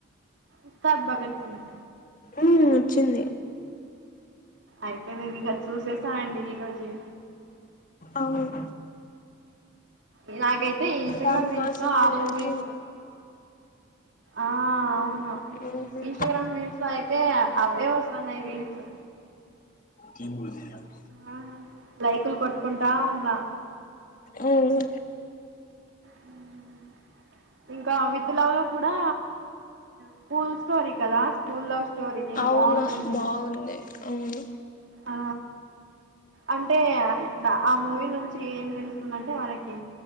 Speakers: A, on the right; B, on the left.
A: ఉస్తాద్ భగత్ సింగ్
B: మ్ వచ్చింది
A: అయితే నేను ఇక చూసేసానండి ఈరోజే
B: అవును
A: ఇలాగైతే తీయ్ ఇన్స్టగ్రామ్
B: దానికోసమే
A: రీల్స్ లో ఆ
B: వెయిటింగ్
A: మూవిస్ ఆ అవును
B: మ్మ్
A: ఇన్స్టాగ్రామ్ రీల్స్ లో అయితే అవే వస్తున్నాయి రీల్స్
B: తజ
A: ఆ లైకులు కొట్టుకుంటా ఉన్నా
B: మ్మ్
A: హ్మ్ ఇంకా విత్ లవ్ లో కూడా స్కూల్ స్టోరీ కదా స్కూల్ లవ్ స్టోరీ
B: అవును
A: బాగుంటుంది
B: బాగుంది. అవును
A: ఆ అంటే ఆ మూవీ నుంచి ఏం తెలుస్తుందంటే మనకి